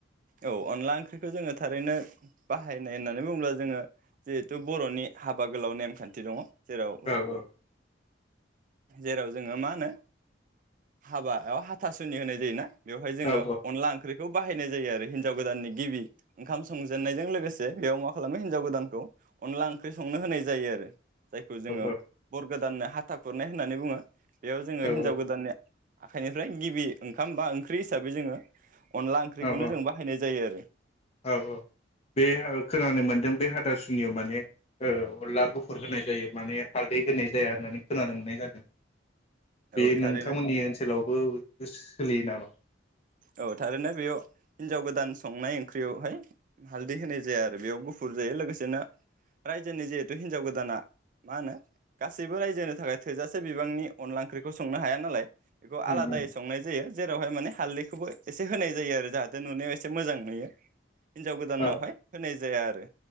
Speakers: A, on the right; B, on the left.
A: औ अनला ओंख्रिखौ जोङो थारैनो बाहायनाय होननानै बुङोब्ला जोङो जिहेथु बर'नि हाबा गोलाव नेमखान्थि दङ जेराव
B: औ औ
A: जेराव जोङो मा होनो हाबायाव हाथासुनि होनाय जायो ना बेवहाय जोङो
B: औ
A: अनला ओंख्रिखौ बाहायनाय जायो आरो हिनजाव गोदाननि गिबि ओंखाम संजेननायजों लोगोसे बेयाव मा खालामो हिनजाव गोदानखौ अनला ओंख्रि संनो होनाय जायो आरो जायखौ जोङो
B: औ
A: बर गोदाननो हाथा खुरनाय होननानै बुङो बेयाव जोङो
B: औ
A: हिनजाव गोदाननि आखाइनिफ्राय गिबि ओंखाम बा ओंख्रि हिसाबै जोङो अनला ओंख्रिखौनो
B: औ
A: जोंबा जायो आरो
B: औ औ बे
A: औ
B: खोनानो मोनदों बे हाथासुनियाव माने ओ ओ औ अनला गुफुर होनाय जायो माने हालदै होनाय जाया होननानै खोनानो मोननाय जादों बे
A: औ थारैनो
B: नोंथांमोननि ओनसोलावबो सोलियो नामा
A: औ थारैनो बेयाव हिनजाव गोदान संनाय ओंख्रियावहाय हालदै होनाय जाया आरो बेयाव गुफुर जायो लोगोसेनो रायजोनि जिहेथु हिनजाव गोदाना मा होनो गासैबो रायजोनि थाखाय थोजासे बिबांनि अनला ओंख्रिखौ संनो हाया नालाय बेखौ
B: उम
A: आलादायै
B: उम
A: संनाय जायो जेर रावहाय माने हालदै बेखौबो एसे होनाय जायो आरो जाहाथे नुनायाव एसे मोजां नुयो हिन्जाव गोदानावहाय
B: औ
A: होनाय जाया आरो